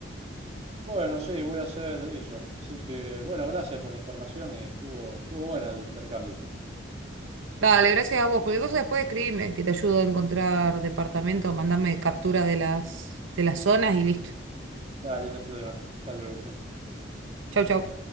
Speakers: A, on the right (about 30°); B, on the right (about 75°).
A: Bueno, sí, voy a hacer eso. Así que, bueno, gracias por la información y estuvo, estuvo buena el intercambio.
B: Dale, gracias a vos. Cualquier cosa después escribime, que te ayudo a encontrar departamento, mandame captura de las, de las zonas y listo.
A: Dale, no hay problema. Hasta luego, che.
B: Chau, chau.